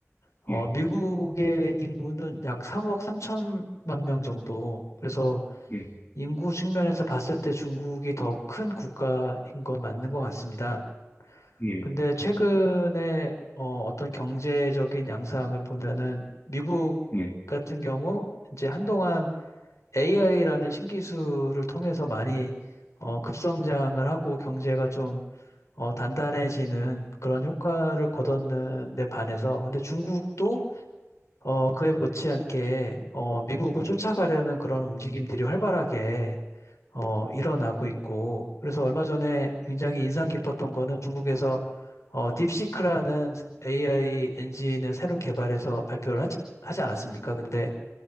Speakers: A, on the left (about 80°); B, on the left (about 40°).
A: 어,
B: 예,
A: 미국의 인구는 약 3억 3천만 명 정도. 그래서
B: 예,
A: 인구 측면에서 봤을 때 중국이 더 큰 국가인 건 맞는 것 같습니다.
B: 예,
A: 근데 최근에 어, 어떤 경제적인 양상을 보면은 미국
B: 예,
A: 같은 경우 이제 한동안 AI라는 신기술을 통해서 많이 어, 급성장을 하고 경제가 좀 어, 단단해지는 그런 효과를 거뒀는 데 반해서 근데 중국도 어, 그에 못지않게 어, 미국을 쫓아가려는 그런 움직임들이 활발하게 어, 일어나고 있고 그래서 얼마 전에 굉장히 인상 깊었던 거는 중국에서 어, 딥시크라는 AI 엔진을 새로 개발해서 발표를 하지, 하지 않았습니까? 근데